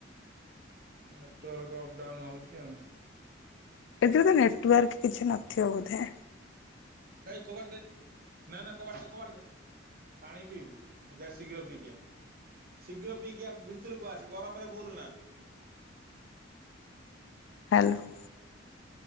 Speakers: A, on the right; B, on the left.
A: ନେଟୱାର୍କ ଅପ୍ ଡାଉନ୍ ହେଉଛି ଆଉ।
B: ଏଥିରେ ତ ନେଟୱାର୍କ କିଛି ନଥିବ ବୋଧେ।
A: ଏଇ କବାଟ ଦେ ନା ନା କବାଟ ଦେ କବାଟ ଦେ। ପାଣି ପିଇବୁ ଯାହା ଶୀଘ୍ର ପିଇକି ଆ। ଶୀଘ୍ର ପିଇକି ଭିତରକୁ ଆସ ଗରମରେ ବୁଲ ନା।
B: ହ୍ୟାଲୋ।